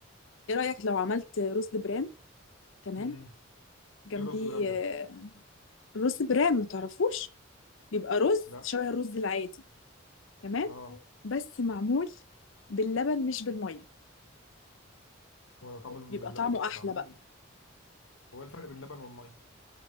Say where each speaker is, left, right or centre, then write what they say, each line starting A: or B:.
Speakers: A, on the left; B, on the left.
A: ايه رأيك لو عملت رز برام تمام
B: امم
A: جنبيه
B: ايه رز برام
A: آه،
B: ده
A: رز برام ما تعرفوش بيبقى رز
B: لا
A: شبه الرز العادي تمام
B: اه
A: بس معمول باللبن مش بالميه
B: هو لو اتعمل
A: بيبقى
B: باللبن
A: طعمه
B: يبقى
A: احلى
B: معمول
A: بقى
B: هو إيه الفرق بين اللبن والميه